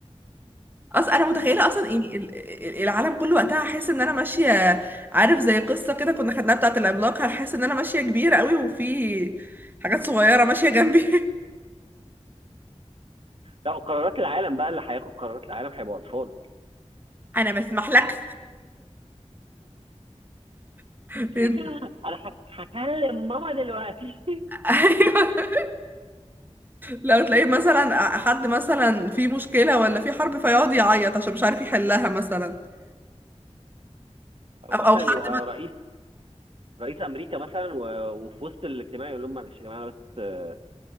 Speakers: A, on the right (about 15°); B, on the right (about 50°).
A: <laughs> اصلا انا متخيله اصلا يعني ال- ال- العالم كله وقتها هحس ان انا ماشيه عارف زي قصه كده كنا خدناها بتاعه العملاق هحس ان انا ماشيه كبيره قوي وفي حاجات صغيره ماشيه جنبي <laughs>
B: لا قرارات العالم بقى اللي هياخد قرارات العالم هيبقوا اطفال
A: انا ما اسمحلكش <laughs>
B: <laughs> انا هك- هكلم ماما دلوقتي
A: ايوه لو تلاقيه مثلا حد مثلا في مشكلة ولا في حرب فيقعد يعيط عشان مش عارف يحلها مثلا
B: <laughs> او
A: او
B: مثلا
A: او
B: يبقى
A: حد
B: رئيس رئيس امريكا مثلا و- وفي وسط الاجتماع يقول لهم معلش يا جماعه بس آه،